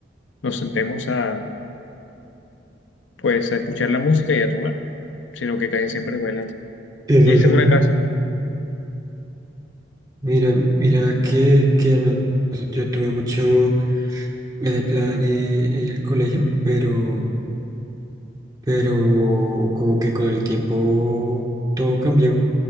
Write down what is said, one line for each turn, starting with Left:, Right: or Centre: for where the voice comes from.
Left: nos sentemos a, pues, a escuchar la música y a tomar, sino que casi siempre es bailando.
Right: ¿Y
Left: Y
Right: bailando?
Left: es en una casa.
Right: Mira, mira que, que no- yo tuve mucho. ese plan eh, en el colegio, pero, pero como que con el tiempo todo cambió,